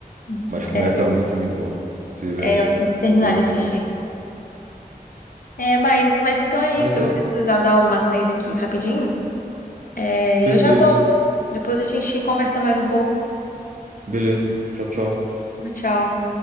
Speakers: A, on the left (about 65°); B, on the right (about 60°).
A: Uhum.
B: Mas Fullmetal
A: É, bem-
B: tá muito, muito bom. Você deveria
A: é,
B: assistir.
A: eu tenho que terminar
B: Vê até
A: de assistir.
B: o final.
A: É, mas, mas então é isso.
B: Mas
A: Eu
B: é
A: vou precisar dar uma saída aqui rapidinho. É, e
B: perfeito.
A: eu já volto. Depois a gente conversa mais um pouco.
B: Beleza. Tchau, tchau.
A: Tchau.